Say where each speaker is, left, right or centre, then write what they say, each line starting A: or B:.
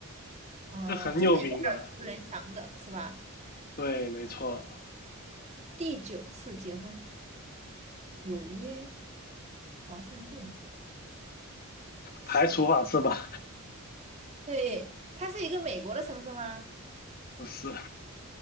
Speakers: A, on the right (about 30°); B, on the left (about 45°).
A: 嗯、
B: 这很有名的，
A: 这是一个耳熟能详的，是吧？
B: 对，没错，
A: 第九次结婚，纽约、华盛顿，西，
B: 排除法是吧？
A: 对，它是一个美国的城市吗？
B: <laughs> 不是，